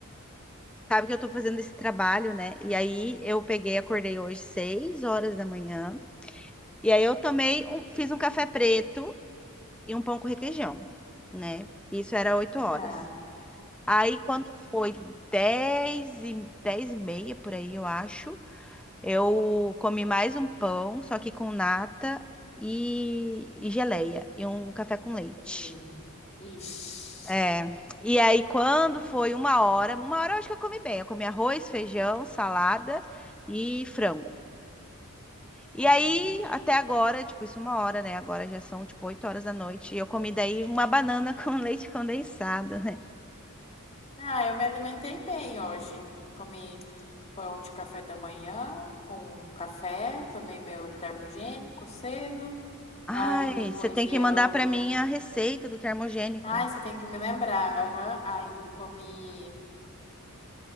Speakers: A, in the centre; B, on the left.
A: <laughs> Sabe que eu tô fazendo esse trabalho, né? E aí eu peguei, acordei hoje seis horas da manhã. E aí eu tomei um, fiz um café preto e um pão com requeijão, né? Isso era oito horas.
B: ah,
A: Aí quando foi dez e, dez e meia, por aí eu acho, eu comi mais um pão, só que com nata e, e geleia, e um café com leite.
B: e, ixi,
A: É, e aí quando foi uma hora, uma hora eu acho que eu comi bem, eu comi arroz, feijão, salada e frango. E
B: hum.
A: aí, até agora, tipo, isso é uma hora, né? Agora já são, tipo, oito horas da noite. E eu comi daí uma banana <laughs> com leite condensado.
B: Ah, eu me alimentei bem hoje. Comi pão de café da manhã com café, tomei meu termogênico cedo.
A: <laughs> Ai,
B: Aí depois
A: você tem
B: eu.
A: que mandar pra mim a receita do termogênico.
B: Ai, você tem que me lembrar. Aham. Aí comi.